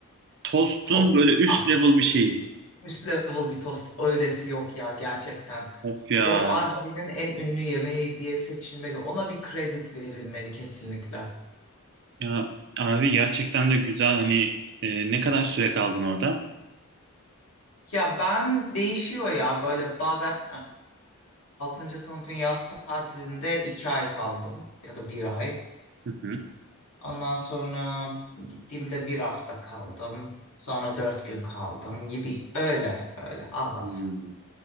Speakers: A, on the right (about 50°); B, on the left (about 90°).
A: Tost'un
B: Tost.
A: böyle üst
B: Ha,
A: level bir şeyi.
B: üst level bir tost. Öylesi yok ya gerçekten.
A: Of ya.
B: O Arhavi'nin en ünlü yemeği diye seçilmeli. Ona bir kredi verilmeli kesinlikle.
A: Ya abi gerçekten de güzel hani e, ne kadar süre kaldın orada?
B: Ya ben değişiyor ya böyle bazen e, e, sınıfın yaz tatilinde 2 ay kaldım ya da bir ay.
A: Hı hı.
B: Ondan sonra gittiğimde bir hafta kaldım. Sonra 4 gün kaldım gibi öyle öyle az az.
A: Hmm.